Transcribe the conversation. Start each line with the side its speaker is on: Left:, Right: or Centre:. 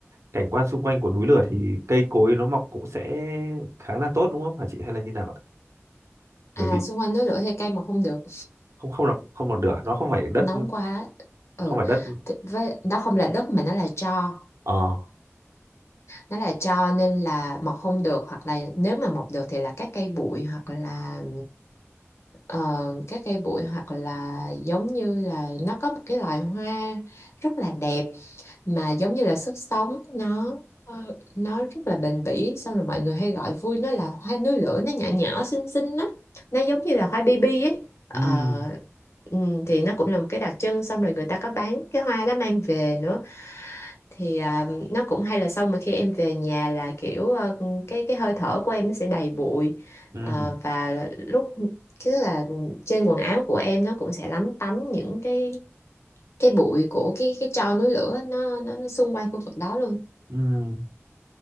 Right: cảnh quan xung quanh của núi lửa thì cây cối nó mọc cũng sẽ khá là tốt đúng không hả chị hay là như nào ạ bởi
Left: à
Right: vì
Left: xung quanh núi lửa thì cây mà không được
Right: không không lọc không lọc lửa nó không phải đất
Left: nóng quá ừ
Right: không phải đất
Left: Thì với nó không là đất mà nó là tro
Right: ờ
Left: nó là tro nên là mọc không được hoặc là nếu mà mọc được thì là các cây bụi hoặc là ờ, các cây bụi hoặc là giống như là nó có một cái loài hoa rất là đẹp mà giống như là sức sống nó ờ, nó rất là bền bỉ xong rồi mọi người hay gọi vui nó là hoa núi lửa nó nhỏ nhỏ xinh xinh lắm nó giống như là hoa baby ấy Ờ,
Right: ừm,
Left: ừ, thì nó cũng là một cái đặc trưng xong rồi người ta có bán cái hoa đó mang về nữa thì à, nó cũng hay là xong mà khi em về nhà là kiểu ờ, cái cái hơi thở của em nó sẽ đầy bụi
Right: ừm,
Left: Ờ, và lúc chứ là trên quần áo của em nó cũng sẽ lấm tấm những cái cái bụi của cái cái tro núi lửa ấy, nó nó, nó xung quanh khu vực đó luôn
Right: ừm.